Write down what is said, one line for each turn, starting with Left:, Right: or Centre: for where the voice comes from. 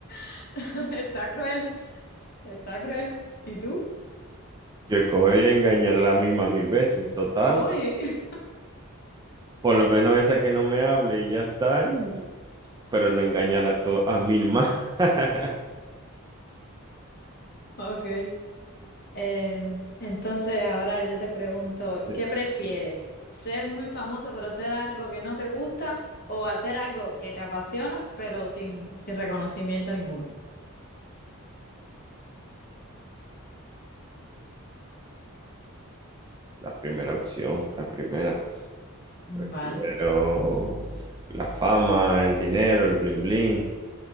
Left: <laughs> está cruel, está cruel. ¿Y tú?
Right: Yo escogería engañar a la misma mil veces. Total,
Left: Oye.
Right: Por lo menos esa que no me hable y ya está, y- pero no engañar
Left: Mm,
Right: a, to- a mil más. <laughs>
Left: Ok. Eh, entonces, ahora yo te pregunto,
Right: Sí,
Left: ¿qué prefieres? ¿Ser muy famoso por hacer algo que no te gusta o hacer algo que te apasiona, pero sin, sin reconocimiento ninguno?
Right: la primera opción, la primera.
Left: Mm,
Right: Prefiero
Left: Vale.
Right: la fama, el dinero, el bling bling.